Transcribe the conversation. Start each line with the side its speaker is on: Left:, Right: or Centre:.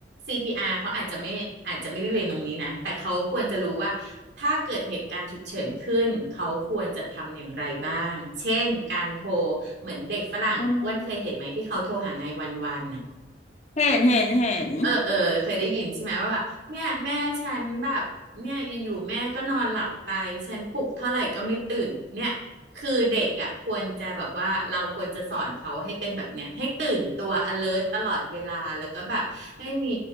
Right: CPR เขาอาจจะไม่อาจจะไม่ได้เรียนตรงนี้นะแต่เขาควรจะรู้ว่าถ้าเกิดเหตุการณ์ฉุกเฉินขึ้นเขาควรจะทำอย่างไรบ้างเช่นการโทรเหมือนเด็กฝรั่งอ้วนเคยเห็นไหมที่เขาโทรหานายวันวันน่ะ
Left: อืมเห็นเห็นเห็น
Right: เออเออเคยได้ยินใช่ไหมว่าแบบเนี่ยแม่ฉันแบบเนี่ยอยู่ๆแม่ก็นอนหลับไปฉันปลุกเท่าไหร่ก็ไม่ตื่นเนี่ยคือเด็กอ่ะควรจะแบบว่าเราควรจะสอนเขาให้เป็นแบบเนี้ยให้ตื่นตัว alert ตลอดเวลาแล้วก็แบบให้มี